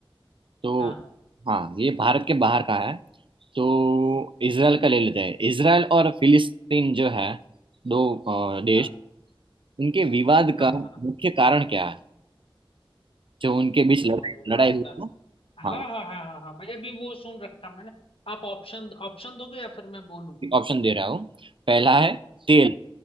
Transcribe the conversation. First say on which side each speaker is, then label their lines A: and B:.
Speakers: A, on the right; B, on the left.
A: तो
B: हाँ हाँ
A: हाँ ये भारत के बाहर का है तो इसराइल का ले लेते हैं इसराइल और फिलिस्तीन जो है दो अ, देश
B: हाँ
A: उनके विवाद
B: हाँ
A: का
B: हाँ
A: मुख्य कारण क्या है जो उनके
B: अच्छा
A: बीच लड़ाई
B: वो बात
A: लड़ाई हुई थी
B: का हाँ
A: हाँ
B: हाँ हाँ हाँ हाँ भाई अभी वो सुन रखा मैंने आप ऑप्शन ऑप्शन दोगे या फिर मैं बोलूँ
A: ऑप्शन दे रहा हूँ पहला है तेल
B: हाँ